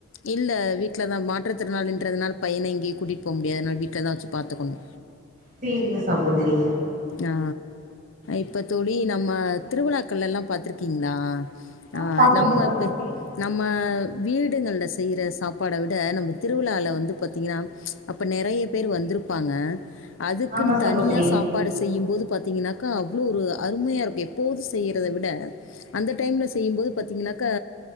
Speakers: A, on the left; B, on the right.
A: இல்ல வீட்லதா மாட்ட மற்றத்திருநள் நின்றதுனா பையனை இங்கே கூட்டிகட்டு போக முடியது அதனா வீட்டில தா வச்சு ப்த்துக்கணு
B: சரிங்க சகோதரி
A: ஆ. இப்ப தோழி நம்ம திருவிழாக்கள்ல எல்லா பாத்துிருக்கீங்களா
B: ஆ
A: ஆஹ்
B: பாத்திருக்கே
A: நம்மப்ப
B: சகோதரி
A: நம்ம வீடுகளல செய்யற சாப்பாட விட நம்ம திருவிழாவில வந்து பாார்த்தீங்கன்னா அப்ப நறைய பேர் வந்திருப்பாங்க அதுக்குன்னு
B: ஆமா சகோதரி
A: தனியா சாப்பாடு செய்யும்போது பார்த்தீங்கன்னாக்கா அவ்வளோ ஒரு அருமையாக இருக்கு எப்போது செய்கிறத விட அந்த டைமில் செய்யும்போது பார்த்தீங்கன்னாக்கா